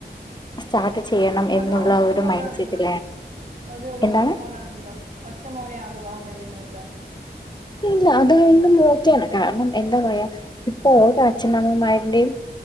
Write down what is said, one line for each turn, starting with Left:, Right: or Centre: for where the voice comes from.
Left: സ്റ്റാർട്ട്‌ ചെയ്യണം എന്നുള്ള
Right: അത് ഒറ്റ
Left: ഒരു
Right: മോനാണെങ്കിലോ,
Left: മൈൻഡ് സെറ്റിലാണ്
Right: അത് ഒരൊറ്റ
Left: എന്താണ്
Right: മോനാണെങ്കിലോ ഒറ്റമോനെയാണ് വിവാഹം കഴിക്കുന്നതെങ്കിലോ
Left: ഇല്ല അത് <unintelligible> നോക്കിയേനെ, കാരണം എന്താ പറയാ ഇപ്പൊ ഒരച്ഛനമ്മമാരുടെയും